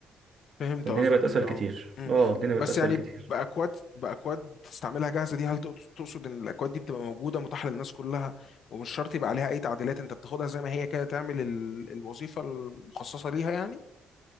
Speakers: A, on the left; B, on the right.
A: فهمت
B: فالدنيا
A: قصدك
B: بقت أسهل
A: ايه اه
B: كتير
A: امم
B: اه الدنيا
A: بس
B: بقت أسهل
A: يعني
B: كتير
A: باكواد باكواد تستعملها جاهزه دي هل تقد- تقصد ان الاكواد دي بتبقى موجوده متاحه للناس كلها ومش شرط يبقى عليها اي تعديلات انت بتاخدها زي ما هي كده تعمل ال- الوظيفه المخصصه ليها يعني